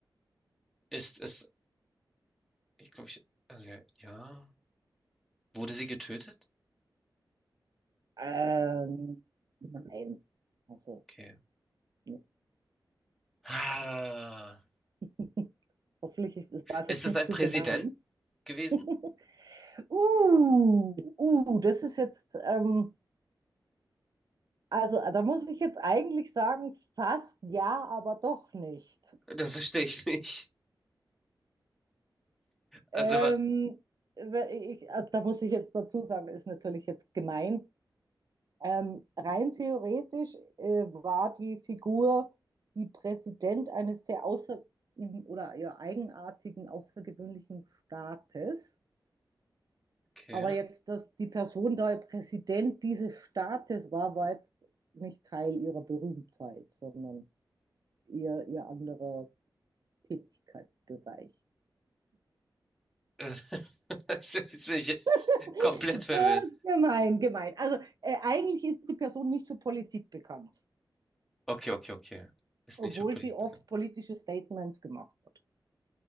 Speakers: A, in the centre; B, on the right.
A: ist es, ich glaube, ich, also ja, ja. Wurde sie getötet?
B: Ähm, nein. Also,
A: Okay.
B: ne.
A: Ah.
B: <laughs> Hoffentlich ist- das war es
A: Ist
B: jetzt
A: es
B: nicht
A: ein
B: zu
A: Präsident
B: gemein.
A: gewesen?
B: <laughs> Uh, uh, das ist jetzt. Ähm, Also, äh, da muss ich jetzt eigentlich sagen, fast ja, aber doch nicht.
A: Das verstehe ich nicht. Also,
B: Ähm,
A: wa-
B: we- ich, also, da muss ich jetzt dazu sagen, ist natürlich jetzt gemein. Ähm, rein theoretisch äh, war die Figur, die Präsident eines sehr außer oder eher eigenartigen, außergewöhnlichen Staates.
A: okay.
B: Aber jetzt, dass die Person da Präsident dieses Staates war, war jetzt nicht Teil ihrer Berühmtheit, sondern ihr, ihr anderer. Tätigkeitsbereich.
A: Äh, <laughs> Jetzt bin ich
B: <laughs>
A: komplett verwirrt.
B: Ja, gemein, gemein. Also äh, eigentlich ist die Person nicht für Politik bekannt,
A: Okay, okay, okay. Ist
B: obwohl
A: nicht für Politik
B: sie oft
A: bekannt.
B: politische Statements gemacht hat.